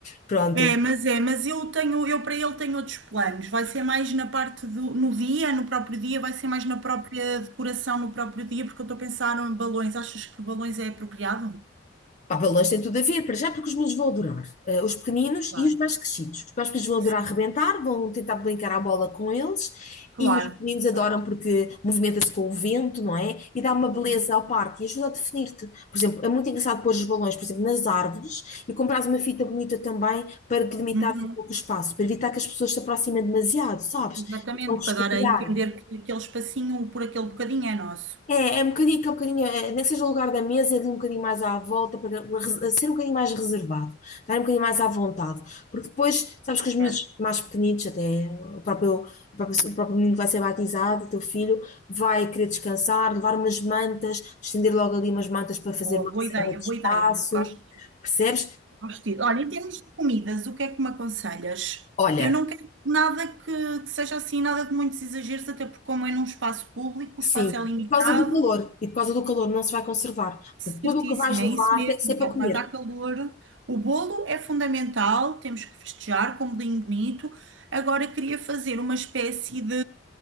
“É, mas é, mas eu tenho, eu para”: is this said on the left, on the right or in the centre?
Right